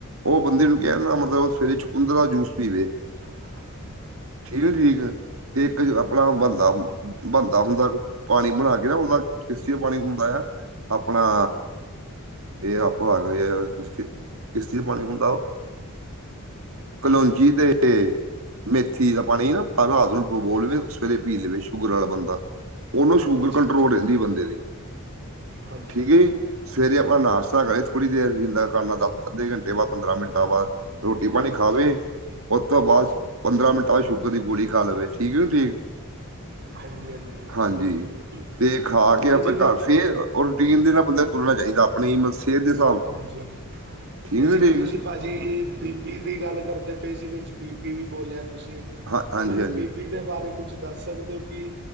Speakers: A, on the right; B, on the right.
A: ਉਹ ਬੰਦੇ ਨੂੰ ਕਹਿ ਨਾ ਮਤਲਬ ਸਵੇਰੇ ਚਕੁੰਦਰ ਦਾ ਜੂਸ ਪੀਵੇ
B: ਹੂੰ
A: ਠੀਕ ਠੀਕ ਤੇ ਇੱਕ ਆਪਣਾ ਬੰਦਾ
B: ਬਿਲਕੁਲ ਬਿਲਕੁਲ।
A: ਬਣਦਾ ਹੁੰਦਾ ਕੁ ਪਾਣੀ ਬਣਾ ਕੇ ਨਾ ਉਹਦਾ ਕਿਸ਼ਤੀ ਦਾ ਪਾਣੀ ਹੁੰਦਾ ਆ ਆਪਣਾ ਇਹ ਆਪਾਂ ਆ ਗ ਆ ਯਾਰ ਕਿਸ਼ ਤਰ੍ਹਾਂ ਦਾ ਪਾਣੀ ਹੁੰਦਾ ਵ ਕਲੋਂਜੀ ਤੇ ਮੇਥੀ ਦਾ ਪਾਣੀ ਨਾ ਰਾਤ ਨੂੰ ਡਬੋ ਲਵੇ ਸਵੇਰੇ ਪੀ ਲਵੇ ਸ਼ੂਗਰ ਵਾਲਾ ਬੰਦਾ ਉਹਨੂੰ ਸ਼ੂਗਰ
B: ਅੱਛਾ
A: ਕੰਟਰੋਲ
B: ਅੱਛਾ
A: ਰਹਿੰਦੀ ਬੰਦੇ ਦੀ
B: ਹਾਂਜੀ
A: ਠੀਕ
B: ਹਾਂਜੀ
A: ਹੈ ਜੀ ਸਵੇਰੇ ਆਪਣਾ ਨਾਸ਼ਤਾ ਕਰੇ ਥੋੜ੍ਹੀ ਦੇਰ ਜਿੰਦਾ ਕਰਨਾ ਦਸ ਅੱਧੇ ਘੰਟੇ ਬਾਅਦ ਪੰਦਰਾਂ ਮਿੰਟਾਂ ਬਾਅਦ ਰੋਟੀ
B: ਹਾਂਜੀ
A: ਪਾਣੀ
B: ਹਾਂਜੀ
A: ਖਾਵੇ
B: ਹਾਂਜੀ ਹਾਂਜੀ
A: ਉਸ ਤੋਂ ਬਾਅਦ ਪੰਦਰਾਂ ਮਿੰਟਾਂ ਬਾਅਦ ਸ਼ੂਗਰ ਦੀ ਗੋਲੀ ਖਾ ਲਵੇ ਠੀਕ ਹੈੀ ਠੀਕ
B: ਹਾਂਜੀ
A: ਹਾਂਜੀ
B: ਹੋ ਜਾਏਗੀ ਬਿਲਕੁਲ
A: ਤੇ ਖਾ ਕੇ
B: ਤੇ
A: ਆਪਾਂ
B: ਜਿਵੇਂ
A: ਘਰ ਫੇਰ ਉਹ ਰੂਟੀਨ ਦੇ ਨਾਲ ਬੰਦੇ ਨੂੰ ਤੁਰਣਾ ਚਾਹੀਦਾ ਆਪਣੀ ਮਤਲਬ ਸਿਹਤ ਦੇ ਹਿਸਾਬ ਨਾਲ
B: ਹਾਂਜੀ ਹਾਂਜੀ
A: ਠੀਕ
B: ਤੇ
A: ਨ
B: ਜਿਵੇਂ
A: ਠੀਕ
B: ਤੁਸੀਂ ਭਾਜੀ ਬੀ ਪੀ ਦੀ ਗੱਲ ਕਰਦੇ ਪਏ ਸੀ ਵਿੱਚ ਬੀ ਪੀ ਵੀ ਬੋਲਿਆ ਤੁਸੀਂ
A: ਹਾਂ
B: ਤਾਂ
A: ਹਾਂਜੀ
B: ਮੈਨੂੰ
A: ਹਾਂਜੀ
B: ਬੀ ਪੀ ਦੇ ਬਾਰੇ ਕੁਛ ਦੱਸ ਸਕਦੇ ਹੋ ਕਿ